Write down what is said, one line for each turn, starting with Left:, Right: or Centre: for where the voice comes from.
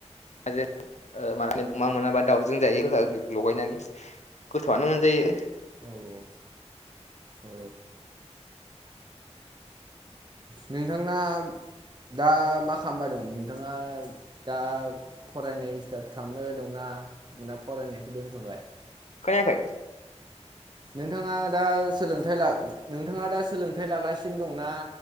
Left: अमाजों ओ अमा मोनाबा दाउजों जायो गोखा गोखैखौ लगायनानै। गोथावआनो मोनजायो।
Right: औ औ। औ। नोंथांना। दा मा खालामबाय दं नोंथाङा दा। फरायनाय स्टार्ट खालामबाय दंना ना फरायनायखौ दोनथ'बाय।
Left: खोनाखै।
Right: नोंथाङा दा। सोलोंथाइ ला नोंथाङा दा सोलोंथाइ लागासिनो दंना